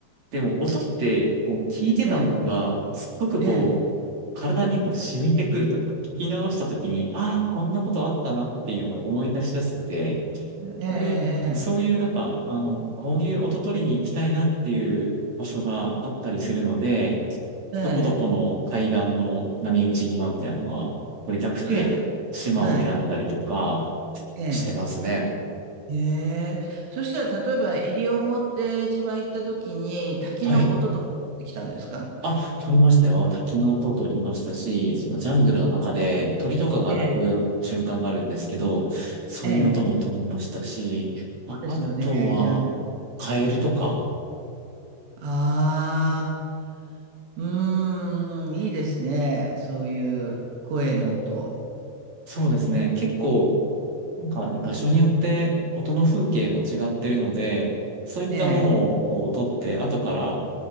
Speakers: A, on the right (about 40°); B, on the right (about 75°).
A: でも、音って、こう、聞いてたものが、
B: ええ。
A: すっごくこう、
B: ええ。
A: 体にこう染みてくるというか、聞き直した時に、ああ、こんなことあったなっていうのを思い出しやすくて、
B: ええ。
A: で、そういうなんか、あの、こういう音取りに行きたいなっていう場所があったりするので、
B: ええ。
A: どこどこの海岸の波打ち際みたいなのが撮りたくて、
B: ええ。ええはい。
A: 島を選んだりとか
B: はい。ええ。
A: してますね。
B: へえ。そしたら、例えば、西表島行った時に、滝の音とか取ってきたんですか
A: はい。あ、撮りましたよ。滝の音を撮りましたし、そのジャングルの中で鳥とかが鳴く瞬間があるんですけど、
B: ええ。
A: そういう音も撮りましたし、
B: ええ。
A: まあ、
B: そうですよね。
A: あとは、
B: じゃあ、
A: カエルとか、
B: そうですよね。ああ。うーん。いいですね。そういう声の音。
A: そうですね。結構、なんか場所によって音の風景も違ってるので、そういったものをこう撮って後から
B: ええ。